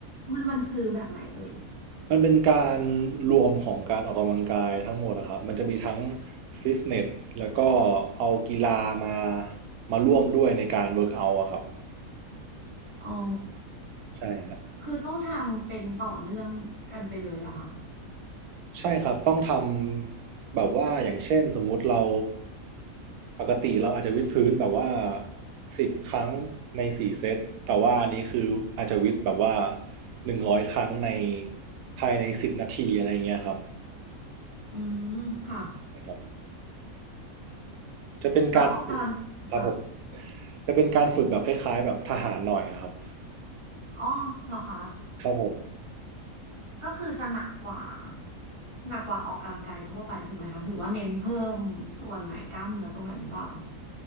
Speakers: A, on the right; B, on the right.
A: มันมันคือแบบไหนเอ่ย
B: มันเป็นการรวมของการออกกำลังกายทั้งหมดนะครับมันจะมีทั้งฟิตเนสแล้วก็เอากีฬามามาร่วมด้วยในการเวิร์กเอาท์อะครับ
A: อ๋อ
B: ใช่ฮะ
A: คือต้องทำเป็นต่อเนื่องกันไปเลยเหรอคะ
B: ใช่ครับต้องทำแบบว่าอย่างเช่นสมมุติเราปกติเราอาจจะวิดพื้นแบบว่าสิบครั้งในสี่เซตแต่ว่าอันนี้คืออาจจะวิดแบบว่าหนึ่งร้อยครั้งในภายในสิบนาทีอะไรเงี้ยครับ
A: อืม ค่ะ
B: นะครับจะเป็นการฝึก
A: แล้วออกกำลังค่ะ
B: ครับผมจะเป็นการฝึกแบบคล้ายๆแบบทหารหน่อยครับ
A: อ๋อเหรอคะ
B: ครับผม
A: ก็คือจะหนักกว่าหนักกว่าออกกำลังกายทั่วไปถูกไหมคะหรือว่าเน้นเพิ่มส่วนไหนกล้ามเนื้อตรงไหนหรือเปล่า